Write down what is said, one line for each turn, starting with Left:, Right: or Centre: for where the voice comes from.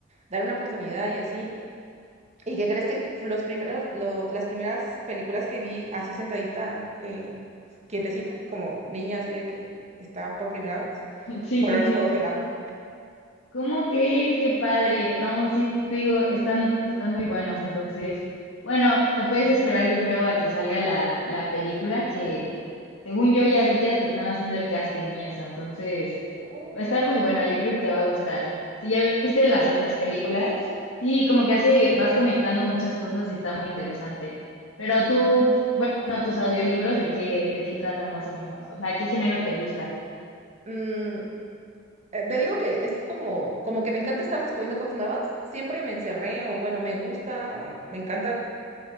Right: dale una oportunidad y así. ¿Y qué crees que cu- los primeros, lo- las primeras películas que vi así sentadita, eh, quietecita, como niña así de que está por primera vez,
Left: Sí,
Right: fueron
Left: sí,
Right: los
Left: sí.
Right: Juegos del Hambre?
Left: ¿Cómo crees? Qué padre.
Right: Sí.
Left: No, sí, te digo, están, están muy buenos. Entonces, bueno, te puedes esperar, yo creo, a que salga la, la película, que Según yo ya vi que hasta están haciendo el casting y eso, entonces
Right: Oh,
Left: va a estar muy buena, yo creo que te va a gustar. Si ya viste las otras películas, sí, como que hace, vas conectando muchas cosas y está muy interesante. Pero tú, bueno, tus audiolibros, ¿de qué, de qué tratan más o menos? O sea, ¿qué género te gusta?
Right: oh. Eh, Te digo que es como, como que me encanta estar descubriendo cosas nuevas. Siempre me encerré, o bueno, me gusta, o me encanta